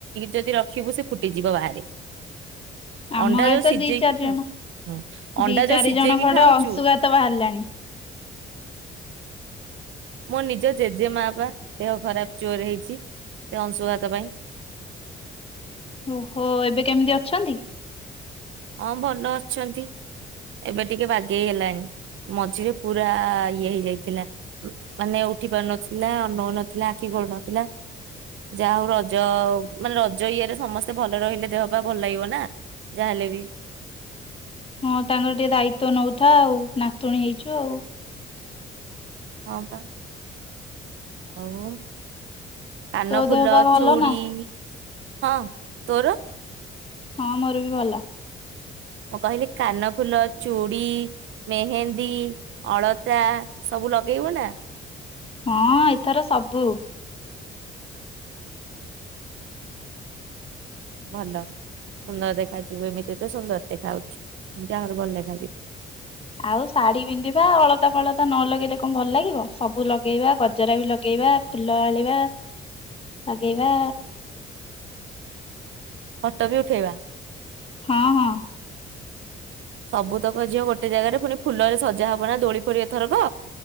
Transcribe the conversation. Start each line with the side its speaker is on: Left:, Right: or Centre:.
Right: ଯଦି ରଖିବୁ ସେ ଫୁଟିଯିବ ବାହାରେ।
Left: ଆମ
Right: ଅଣ୍ଡା
Left: ଗାଁରେ
Right: ଯୋଉ
Left: ତ
Right: ସିଝେଇକି
Left: ଦି ଚାରି
Right: ଖାଉ
Left: ଜଣ
Right: ହୁଁ ଅଣ୍ଡା
Left: ଦି
Right: ଯୋଉ
Left: ଚାରି
Right: ସିଝେଇକି
Left: ଜଣ କୁଆଡେ
Right: ଖାଉଛୁ
Left: ଅଂଶୁଘାତ ବାହାରିଲାଣି।
Right: ମୋ ନିଜ ଜେଜେ ମା ପା ଦେହ ଖରାପ ଯୋରେ ହେଇଛି ସେ ଅଂଶୁଘାତ ପାଇଁ।
Left: ଓହୋ ଏବେ କେମିତି ଅଛନ୍ତି?
Right: ହଁ ଭଲ ଅଛନ୍ତି ଏବେ ଟିକେ ବାଗେଇ ହେଲାଣି ମଝିରେ ପୁରା ଇଏ ହେଇଯାଇଥିଲା ମାନେ ଉଠି ପାରୁନଥିଲା ଅନଉନଥିଲା ଆଖି ଖୋଲୁ ନଥିଲା ଯାହା ହଉ ରଜ ମାନେ ରଜ ଇଏରେ ସମସ୍ତେ ଭଲ ରହିଲେ ଦେହ ପା ଭଲ ଲାଗିବ ନା ଯାହାହେଲେ ବି।
Left: ହଁ ତାଙ୍କର ଟିକେ ଦାୟିତ୍ଵ ନଉଥା ଆଉ ନାତୁଣୀ ହେଇଛୁ ଆଉ।
Right: ହଁ ପା ଆଉ କାନ
Left: ତୋ ଦେହ
Right: ଫୁଲ
Left: ପା ଭଲ
Right: ଚୁଡ଼ି
Left: ନା?
Right: ହଁ ତୋର।
Left: ହଁ ମୋର ବି ଭଲ।
Right: ମୁଁ କହିଲି କାନଫୁଲ ଚୁଡି ମେହେନ୍ଦୀ ଅଳତା ସବୁ ଲଗେଇବୁ ନା।
Left: ହଁ ଏଥର ସବୁ
Right: ଭଲ ସୁନ୍ଦର ଦେଖା ଯିବୁ ଏମିତି ତ ସୁନ୍ଦର ଦେଖା ଯାଉଛୁ ଏମିତି ଆହୁରି ଭଲ ଦେଖା ଯିବୁ।
Left: ଆଉ ଶାଢ଼ୀ ପିନ୍ଧିବା ଅଳତା ଫଳତା ନ ଲଗେଇଲେ କଣ ଭଲ ଲାଗିବ ସବୁ ଲଗେଇବା ଗଜରା ବି ଲଗେଇବା ଫୁଲ ଆଣିବା ଲଗେଇବା।
Right: ଫଟ ବି ଉଠେଇବା।
Left: ହଁ ହଁ।
Right: ସବୁତକ ଝିଅ ଗୋଟେ ଜାଗାରେ ଫୁଣି ଫୁଲରେ ସଜା ହବ ନା ଦୋଳି ଫୋଳୀ ଏଥରକ।